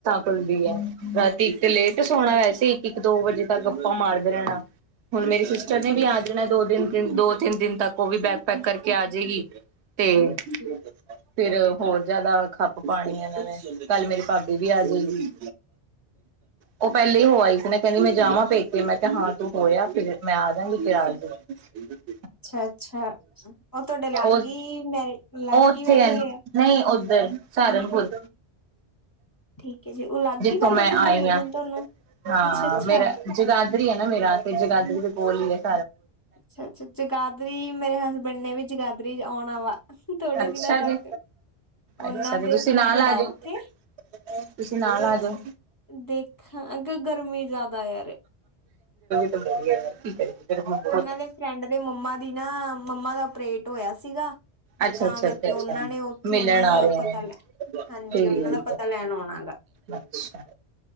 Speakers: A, on the right; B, on the left.
A: ਖੂਲਦੀ ਹੈ, ਰਾਤੀ ਇੱਕ ਲੇਟ ਸੋਣਾ ਵੈਸੇ ਇੱਕ-ਇੱਕ ਦੋ ਵਜੇ ਤੱਕ ਗੱਪਾ ਮਾਰਦੇ ਰਹਿਣਾ। ਹੁਣ ਮੇਰੀ ਸਿਸਟਰ ਨੇ ਵੀ ਆ ਜਾਣਾ ਦੋ ਦਿਨ ਤਿੰਨ ਦੋ ਤਿੰਨ ਦਿਨ ਤੱਕ ਉਹ ਵੀ ਬੈਕ ਪੈਕ ਕਰਕੇ ਆ ਜਾੇਗੀ ਤੇ
B: ਅੱਛਾ
A: ਫਿਰ ਹੋਰ ਜਿਆਦਾ ਖੱਪ ਪਾਣੀ ਇਹਨਾਂ ਨੇ ਕੱਲ ਮੇਰੇ ਭਾਬੀ ਵੀ ਆ ਜਾਈ ਉਹ ਪਹਿਲੇ ਹੋ ਆਈ ਸੀ ਨਾ ਕਹਿੰਦੀ ਮੈਂ ਜਾਮਾ ਪੇਕੇਿਆ ਮੈਂ ਕਿਹਾ ਹਾਂ ਤੂੰ ਹੋਇਆ ਫਿਰ ਮੈਂ ਆ ਜਾਗੀ ਫਿਰ ਆ ਜਾਓ -
B: ਅੱਛਾ ਅੱਛਾ ਉਹ ਤੁਹਾਡੇ ਲਾਗੇ
A: ਉਹ
B: ਹੀ ਮੇਰੇ ਲਾਗੇ
A: ਉਹ ਉੱਥੇ
B: ਹੀ ਬਹੀ
A: ਹੈ
B: ਹੋਏ ਆ
A: ਨਹੀਂ ਸਹਾਰਨਪੁਰ-
B: ਠੀਕ ਹੈ ਜੀ ਉਹ ਲਾਗੇ
A: ਜਿੱਥੋਂ
B: ਹੀ ਪੈਂਦਾ
A: ਮੈਂ
B: ਸਹਾਰਨਪੁਰ
A: ਆਈ ਹਾਂ
B: ਤੁਹਾਨੂੰ
A: ਹਾਂ
B: ਅੱਛਾ ਅੱਛਾ
A: ਮੇਰਾ ਜਗਾਦਰੀ ਆ ਨਾ ਮੇਰਾ ਤੇ ਜਗਾਦਰੀ ਵਿੱਚ ਬਏ <inaudible>
B: ਅੱਛਾ ਅੱਛਾ ਜਗਾਦਰੀ ਮੇਰੇ ਹਸਬੈਂਡ ਨੇ ਵੀ ਜਗਾਧਰੀ ਚ ਆਉਣਾ ਵਾ ਥੋੜੇ
A: ਅੱਛਾ
B: ਦਿਨਾਂ
A: ਜੀ
B: ਤੱਕ ਉਹਨਾਂ
A: ਅੱਛਾ ਤੇ ਤੁਸੀਂ
B: ਦੇ ਫਰੈਂਡ
A: ਨਾਲ
B: ਆ
A: ਜਾਓ
B: ਉਓਥੇ
A: ਤੁਸੀਂ ਨਾਲ ਆ ਜਾਓ
B: ਦੇਖਾਂ ਅਗਰ ਗਰਮੀ ਜ਼ਿਆਦਾ ਯਾਰ
A: ਚੱਲ ਯਾਰ ਕੀ ਕਰੀਏ ਫਿਰ ਹੁਣ ਬਹੁਤ
B: ਉਹਨਾਂ
A: ਹੈ।
B: ਦੇ ਫਰੈਂਡ ਦੇ ਮੰਮਾ ਦੀ ਨਾ ਮੰਮਾ ਦਾ ਓਪਰੇਟ ਹੋਇਆ ਸੀਗਾ
A: ਅੱਛਾ
B: ਤਾਂ
A: ਅੱਛਾ
B: ਕਰਕੇ
A: ਅਛਾ
B: ਉਹਨਾਂ ਨੇ ਉੱਥੇ
A: ਮਿਲਣ
B: ਉਹਨਾਂ ਦਾ
A: ਆ ਰਹੇ
B: ਪਤਾ
A: ਨੇ
B: ਲੈ ਹਾਂਜੀ ਉਹਨਾਂ ਦਾ ਪਤਾ ਲੈਣ ਆਉਣਾ ਗਾ
A: ਅੱਛਾ